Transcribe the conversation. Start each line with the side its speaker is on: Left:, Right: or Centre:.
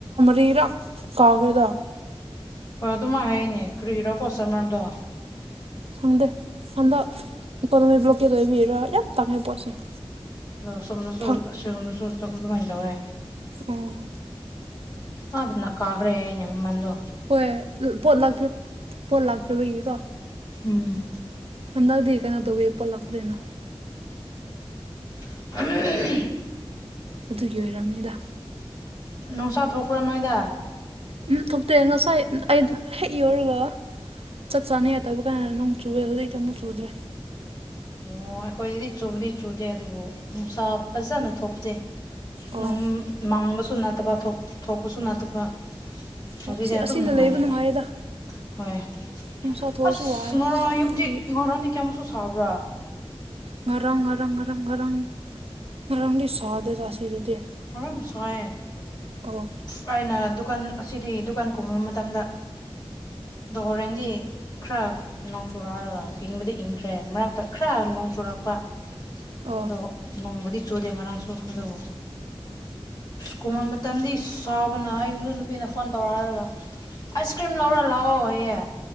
Right: <unintelligible> ꯀꯥꯎꯈ꯭ꯔꯦꯗꯥ
Left: ꯍꯣꯏ ꯑꯗꯨꯝꯥꯏ ꯍꯥꯏꯅꯦ ꯀ꯭ꯔꯤꯔꯣ ꯀꯣꯁꯇꯃꯔꯗꯣ
Right: ꯈꯪꯗꯦ ꯍꯟꯗꯛ ꯏꯀꯣꯅꯣꯃꯤꯛ ꯕ꯭ꯂꯣꯀꯦꯠ ꯂꯩꯕꯒꯤꯔꯥ ꯌꯥꯝ ꯇꯥꯡꯉꯦ ꯄꯣꯠꯁꯦ
Left: ꯑꯣ ꯁꯣꯝꯅꯁꯨ
Right: ꯐꯪ
Left: ꯁꯣꯝꯅꯁꯨꯝ ꯑꯗꯨꯃꯥꯏꯅ ꯇꯧꯋꯦ
Right: ꯑꯣ
Left: ꯑ ꯑꯗꯨ ꯅ ꯀꯥꯈ꯭ꯔꯦꯅꯤꯃꯗꯨ
Right: ꯍꯣꯏ ꯄꯣꯠ ꯄꯣꯠ ꯂꯥꯛꯇꯕꯒꯤꯀꯣ
Left: ꯎꯝ
Right: ꯍꯟꯗꯛꯇꯤ ꯀꯩꯅꯣ ꯇꯧꯋꯦ ꯄꯣꯠ ꯂꯥꯛꯇ꯭ꯔꯦꯅ
Left: <unintelligible>
Right: ꯑꯗꯨꯒꯤ ꯑꯣꯏꯔꯝꯅꯤꯗ
Left: ꯅꯨꯡꯁꯥ ꯊꯣꯛꯄ꯭ꯔꯥ ꯅꯣꯏꯗ
Right: ꯎꯝ ꯊꯣꯛꯇꯦ ꯉꯁꯥꯏ ꯑꯩ ꯍꯦꯛ ꯌꯧꯔꯒ ꯆꯠ ꯆꯥꯅꯩꯉꯥꯏ ꯇꯧꯕ ꯀꯥꯟꯅ ꯅꯣꯡ ꯆꯨꯌꯦ ꯍꯧꯖꯤꯛꯇꯤ ꯑꯃꯨꯛ ꯆꯨꯗ꯭ꯔꯦ
Left: ꯑꯣ ꯑꯩꯈꯣꯏꯗꯗꯤ ꯆꯨꯕꯗꯤ ꯆꯨꯗꯦ ꯑꯗꯨꯕꯨ ꯅꯨꯡꯁꯥ ꯐꯖꯅ ꯊꯣꯛꯇꯦ
Right: ꯑꯣ
Left: ꯅꯣꯡ ꯃꯪꯕꯁꯨ ꯅꯠꯇꯕ ꯊꯣꯛꯄꯁꯨ ꯅꯠꯇꯕ <unintelligible>
Right: ꯑꯣ ꯑꯁꯤ
Left: ꯑꯗꯨꯝ
Right: ꯑꯁꯤꯅ
Left: ꯅꯨꯡꯉꯥꯏꯍꯜꯂꯦ
Right: ꯂꯩꯕ ꯅꯨꯡꯉꯥꯏꯌꯦꯗ
Left: ꯍꯣꯏ
Right: ꯅꯨꯡꯁꯥ ꯊꯣꯛꯑꯁꯨ
Left: ꯑꯁ
Right: ꯋꯥꯏ
Left: ꯉꯔꯥꯡ
Right: ꯁꯥꯃꯟꯕꯒꯤ
Left: ꯑꯌꯨꯛꯇꯤ ꯉꯔꯥꯡꯗꯤ ꯀꯌꯥꯃꯨꯛꯁꯨ ꯁꯥꯕ꯭ꯔꯥ
Right: ꯉꯔꯪ ꯉꯔꯪ ꯉꯔꯪ ꯉꯔꯪ ꯉꯥꯔꯪꯗꯤ ꯁꯗꯦꯗꯥ ꯁꯤꯗꯗꯤ
Left: ꯍꯔꯝ ꯁꯥꯏꯌꯦ
Right: ꯑꯣ
Left: ꯑꯩꯅ ꯗꯨꯀꯥꯟ ꯑꯁꯤꯗꯤ ꯗꯨꯀꯥꯟ ꯀꯨꯝꯕ ꯃꯇꯝꯗ ꯗꯣ ꯍꯣꯔꯦꯟꯗꯤ ꯈꯔ ꯅꯣꯡ ꯆꯨꯔꯛꯔꯒ ꯏꯪꯕꯗꯤ ꯏꯪꯈ꯭ꯔꯦ ꯃꯔꯛꯇ ꯈꯔ ꯅꯣꯡ ꯆꯨꯔꯛꯄ
Right: ꯑꯣ
Left: ꯑꯗꯣ ꯅꯣꯡꯕꯨꯗꯤ ꯆꯨꯗꯦ ꯉꯔꯥꯡꯁꯨ ꯑꯗꯣ ꯑꯁ ꯀꯨꯃꯝ__ ꯃꯇꯝꯗꯤ ꯁꯥꯕꯅ ꯑꯩ ꯏꯃꯧ ꯅꯨꯄꯤꯅ ꯐꯣꯟ ꯇꯧꯔꯛꯔꯒ ꯑꯥꯏꯁ ꯀ꯭ꯔꯤꯝ ꯂꯧꯔ ꯂꯥꯛꯑꯣ ꯍꯥꯏꯌꯦ